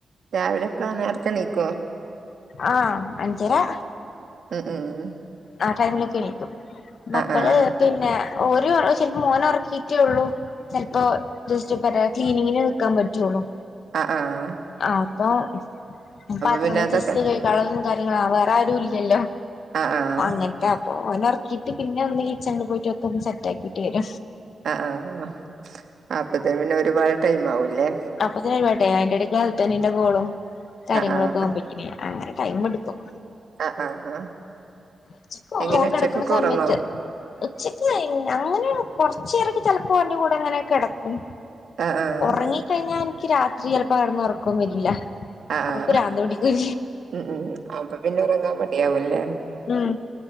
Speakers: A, on the right; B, on the left.
A: രാവിലെ എപ്പളാ നേരത്തെ നീക്കുവോ
B: ആഹ അഞ്ചരാ
A: ഉം ഉം
B: ആ ടൈമിലൊക്കെ എണിക്കും മക്കള്
A: ആഹ് ആഹ്
B: പിന്നെ ഒര് ചെലപ്പോ മോന ഉറക്കിട്ടേ ഉള്ളൂ ചെലപ്പോ ക്കിപറ ക്ലീനിങ്ങിന് നിൽക്കാൻ പറ്റുള്ളൂ
A: ആഹ ആഹ
B: ആ അപ്പൊ ഞാൻ പാത്രങ്ങൾ
A: പിന്നെ അതൊക്കെ
B: ചാസ്റ്റ് ചെ കളും കാര്യങ്ങളും വേറെ ആരും ഇല്ലല്ലോ
A: ആഹ് ആഹ്
B: ന്നിട്ടപ്പോ ഓനെ ഒറക്കിയിട്ട് പിന്നെ ഒന്ന് കിച്ചണില് പോയിട്ട് ഒക്ക ഒന്ന് സെറ്റ് ആക്കിട്ട് വര
A: ആഹ ആഹ അപ്പത്തേ പിന്നെ ഒരുപാട് ടൈം ആവുംല്ലേ
B: അപ്പൊഴപാട്ടെ അയിന്റെടക്ക്ത്തന്റെ കോളും കാര്യങ്ങളൊക്കെ
A: ആഹ് ആഹ്
B: അവുബേക്കിന് അങ്ങനെ ടൈം ഇട്ക്കും
A: ആഹ ആഹ് ആഹ
B: ഉച്ചക്ക്
A: എങ്ങനെ
B: മോൻ
A: ഉച്ചക്കൊക്കെ
B: കിടക്കണ സമയത്ത്
A: ഉറങ്ങോ
B: ഉച്ചക്ക് അങ്ങനെ കൊറച്ചുേരക്ക ചെലപ്പോ ഓന്റ കൂടെ അങ്ങനെ കടക്കും
A: ആഹ് ആഹ്
B: ഒറങ്ങി കഴിഞ്ഞ നിക്ക് രാത്രി ചിലപ്പോ കടന്ന ഉറക്കം വരില്ല
A: ആഹ
B: അപ്പൊ
A: ആഹാ
B: പ്രാന്ത് പിടിക്കും
A: ഉ ഉ അപ്പൊ പിന്നെ ഉറങ്ങാൻ മടിയാവൂല്ലേ
B: ഉം